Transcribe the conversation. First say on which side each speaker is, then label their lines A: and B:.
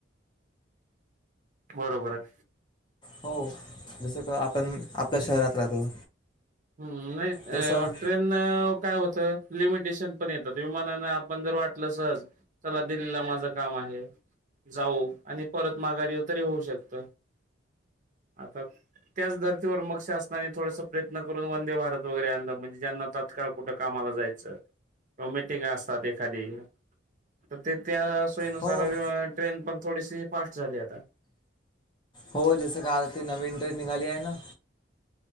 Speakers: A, on the right; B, on the left.
A: बरोबर आहे.
B: हो जसं का आपण आपल्या शहरात राहतो.
A: हम्म नाही
B: तसं
A: ट्रेन काय होत लिमिटेशन पण येत विमाना आपण जर वाटलं सहज चला दिल्लीला माझं काम आहे. जाऊ आणि परत माघारी येऊ तरी होऊ शकत आता त्याच धर्तीवर मक्ष असनाने थोडसा प्रयत्न करून वंदे भारत वगैरे आण म्हणजे ज्यांना तातकाळ कुठं कामाला जायचं कॉमिटींग असतात एखादी तर ते त्या सोयीनुसार
B: हो
A: ट्रेन पण थोडीशी फास्ट झाली आता
B: हो जसं का आता ते नवीन ट्रेन निघाली आहे ना